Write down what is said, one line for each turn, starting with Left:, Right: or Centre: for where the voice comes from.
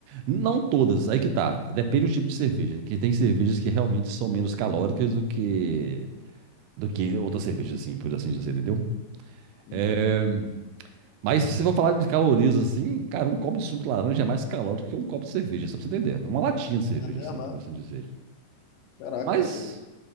Right: Não todas, aí que tá. Depende do tipo de cerveja. Que tem cervejas que realmente são menos calóricas do que. Do que outras cervejas, assim, por assim dizer, entendeu?
Left: Uhum.
Right: É, Mas se for falar de calorias assim, cara, um copo de suco de laranja é mais calórico que um copo de cerveja, só pra você entender. É uma latinha de cerveja,
Left: É mesmo?
Right: assim, por
Left: é?
Right: assim dizer.
Left: Caraca,
Right: Mas,
Left: eu não sabia.